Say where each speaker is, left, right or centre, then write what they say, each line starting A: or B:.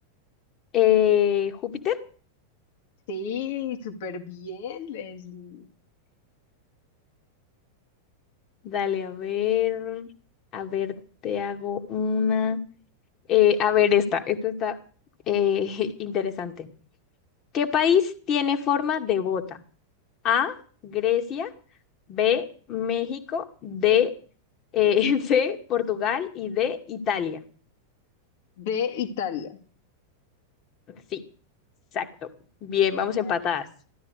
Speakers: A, on the left (about 35°); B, on the left (about 55°).
A: Eh, Júpiter,
B: Sí, súper bien, Leslie.
A: dale, a ver, a ver, te hago una. Eh, a ver, esta, esta está eh, <laughs> interesante. ¿Qué país tiene forma de bota? A, Grecia, B, México, D, eh, <laughs> C, Portugal y D, Italia.
B: D, Italia.
A: Sí, exacto. Bien, vamos
B: Bueno,
A: empatadas.